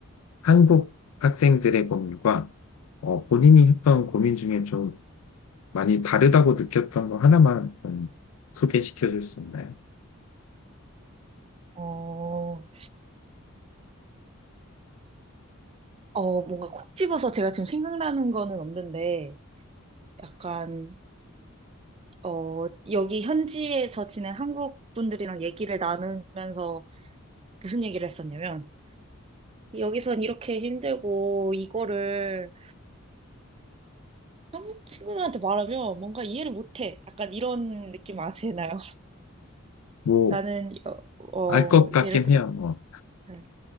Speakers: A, on the left (about 80°); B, on the right (about 25°).
A: 한국 학생들의 고민과 어, 본인이 했던 고민 중에 좀 많이 다르다고 느꼈던 거 하나만 좀 소개시켜 줄 수 있나요?
B: 어, 어, 뭔가 콕 집어서 제가 지금 생각나는 거는 없는데, 약간, 어, 여기 현지에서 지낸 한국 분들이랑 얘기를 나누면서 무슨 얘기를 했었냐면, 여기선 이렇게 힘들고, 이거를 한국 친구들한테 말하면 뭔가 이해를 못해. 약간 이런 느낌 아시나요? <laughs>
A: 뭐,
B: 나는, 어, 어,
A: 알 것 같긴
B: 예를 들어서,
A: 해요. 뭐,
B: 네,